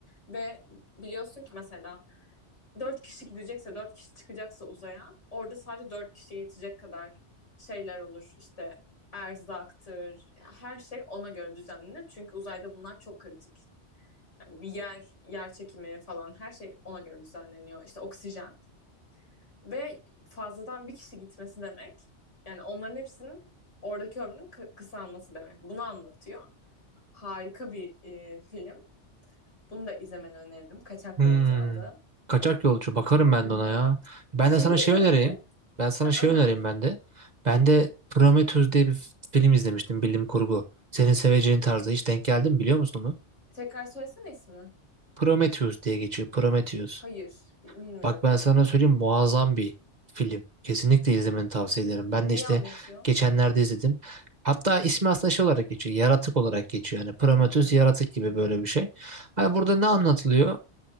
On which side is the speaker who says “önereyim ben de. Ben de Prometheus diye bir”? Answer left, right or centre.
Right